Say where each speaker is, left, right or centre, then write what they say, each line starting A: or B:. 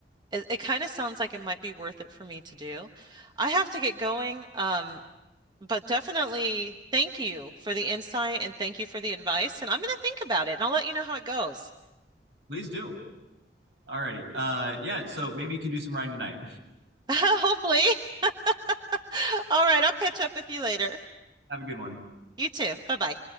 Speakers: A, on the right; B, on the right.
A: it, it kind of sounds like it might be worth it for me to do. I have to get going. Um, But definitely thank you for the insight and thank you for the advice. And I'm going to think about it and I'll let you know how it goes.
B: Please do. Alrighty. Uh, yeah. So maybe you can do some writing tonight.
A: <laughs> Hopefully. <laughs> All right, I'll catch up with you later.
B: <laughs> Have a good one.
A: You too. Bye bye.